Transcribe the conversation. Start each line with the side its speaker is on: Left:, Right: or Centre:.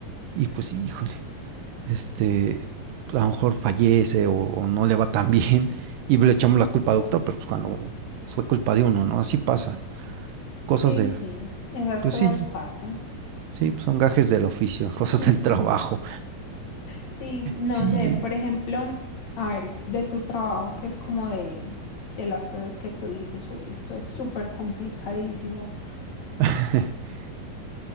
Right: y pues híjole, este, a lo mejor fallece o, o no le va tan bien <laughs> y le echamos la culpa al doctor, pero pues cuando fue culpa de uno, ¿no? Así pasa,
Left: Sí,
Right: cosas del,
Left: sí, esas
Right: pues
Left: cosas
Right: sí,
Left: pasan.
Right: sí, pues, son gajes del oficio, <laughs> cosas
Left: Ujú.
Right: del trabajo,
Left: Sí, no
Right: sí.
Left: sé, por ejemplo, a ver, de tu trabajo, que es como de, de las cosas que tú dices, uy, esto es súper complicadísimo.
Right: <laughs>